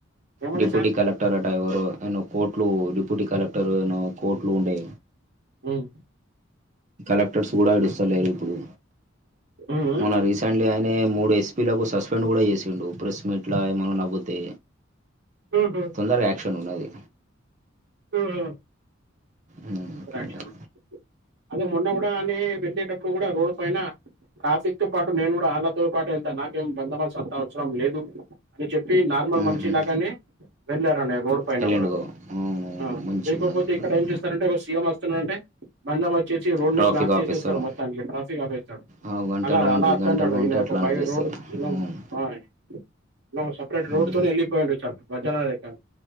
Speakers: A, on the right; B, on the right.
A: ఏమన్నా
B: డిప్యూటీ
A: సార్
B: కలెక్టర్ అట ఎవరో ఆయన కోట్లు డి డిప్యూటీ కలెక్టర్ను కోర్టులు ఉండే
A: హ్మ్
B: కలెక్టర్స్ కూడా ఇడుస్తలేరు ఇప్పుడు
A: ఉమ్.
B: మొన్న రీసెంట్లీ ఆయ నే మూడు ఎస్పీలకు సస్పెండ్ కూడా చేసిండు ప్రెస్ మీట్ లా ఏమనా నవ్వితే
A: ఉహు.
B: తొందరగా యాక్షన్ ఉన్నది
A: ఆహా
B: ఉమ్, అట్లా
A: యాక్షన్
B: ఉన్నది
A: అదే మొన్న కూడా ఆమె వెళ్ళేటప్పుడు కూడా రోడ్డు పైన కాఫిక్ తో పాటు నేను కూడా వాళ్ళతో పాటు వెళ్తా నాకేం బందవల్స అంత అవసరం లేదు అని చెప్ ప్పి నార్మల్ మనిషి
B: ఉహుం.
A: లాగానే వెళ్ళారు అనే రోడ్ పైన
B: వెళ్ళిండు
A: కూడా
B: గో. అవును
A: అ
B: మంచిగా
A: లేకపోతే
B: ఉన్నది ఎట్లుంటే
A: ఇక్కడ ఏం చేస్తారంటే ఒ సీ. ఎం వస్తున్నాడంటే బందంబ చేసి రోడ్ని
B: ట్రాఫిక్
A: బ్లాక్ జేసేస్తరు
B: ఆపిస్తారు
A: మొత్తానికిగ ట్రాఫిక్ ఆపేస్తడు
B: ఆ, గంటలుగా
A: అలా అలా
B: ఉంటాయి
A: అద్దన్నాడు
B: గంటలుగా
A: ఈనే
B: ఉంటే అట్లానే
A: ఒక బై
B: చేస్తారు
A: రోడ్ దిగినం
B: ఉమ్,
A: ఆయ్ నొ సపరేట్ రూట్తోనే
B: ఉమ్.
A: ఎళ్ళిపోయిండు చర్ మజ్జనం లెక్క